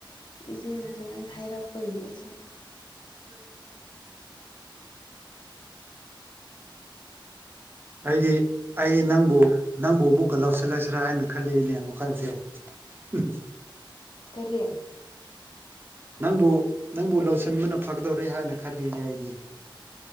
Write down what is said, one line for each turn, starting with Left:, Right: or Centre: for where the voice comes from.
Left: ꯏꯆꯦꯅ ꯁꯨꯃꯥꯏꯅ ꯍꯥꯏꯔꯛꯄꯒꯤ ꯑꯩꯁꯨ
Right: ꯎꯝ ꯑꯩꯗꯤ ꯑꯩ ꯅꯪꯕꯨ ꯅꯪꯕꯨ ꯑꯃꯨꯛꯀ ꯂꯧꯁꯤꯜꯂꯁꯤꯔꯥ ꯍꯥꯏꯅ ꯈꯜꯂꯤꯏꯅꯦ ꯋꯥꯈꯜꯁꯦ ꯍꯨꯝ ꯍꯨꯝ
Left: ꯀꯔꯤ
Right: ꯅꯪꯕꯨ ꯅꯪꯕꯨ ꯂꯧꯁꯤꯟꯕꯅ ꯐꯒꯗꯧꯔꯦ ꯍꯥꯏꯅ ꯈꯜꯂꯤꯅꯦ ꯑꯩꯗꯤ